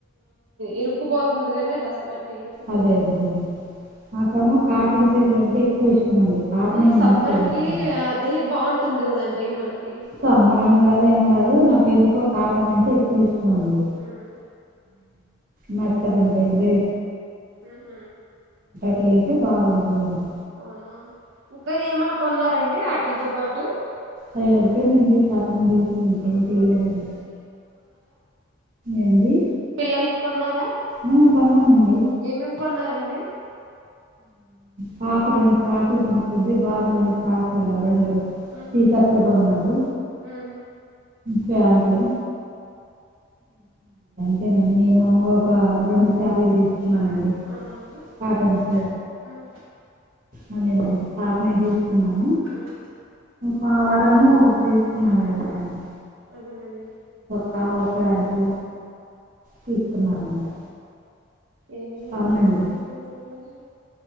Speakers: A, on the right (about 70°); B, on the right (about 40°).
A: ఇరుక్పోతుంది కానీ అది అసలు ఇరుక్కుపోదండి
B: అదే అదే మా కాటన్ ంటే ఎక్వ ఇష్టం ండి పాటనే
A: అవును
B: నేను
A: సమ్మర్
B: ఎక్కువ వంటాను
A: కి అది బాగుంటుంది కదండి మనకి
B: సమ్మర్ అని కాదు ఏమి కాదు నాకే కాటన అంట ఎక్కువ ఇం డి
A: ఉమ్
B: మ ంట గ్రే
A: ఆ హ
B: పతే బాగుందింది
A: అవునా ఇంకా ఏమన్నా కొన్నారంండి ఆటలతో పాటు
B: అవి ఒకటేనండి షాపింగ్ చేసి ఇంకేం
A: ఆహా
B: చేయలేదండి ఏండి
A: పిల్లల కొన్నారా
B: ఆ, కొన్నామండి
A: ఏమేమి కొన్నారంండి
B: పాఫ రెం సాకులు కొనుకుంది బాబు రెం సాకు రెండు
A: ఆహా
B: టీ కప్పులు కొన్నాడు
A: ఉమ్
B: ఫ్యాంట్లు వ ఒక రెండు సారీలు తీస్తున్నానండి
A: అవునండి
B: కాటన్ <inaudible>
A: ఉమ్
B: లేనండి అకున్నాయి బీచ్ మం
A: ఉమ్
B: మా వారము తీసుకున్నారు గాదం డి
A: అదే నండి
B: హా ఒకే ఆండీ తీసుకున్నారండి
A: ఏమేమి
B: అవునండి
A: వండుకున్నారండి మీరు ఈ రోజు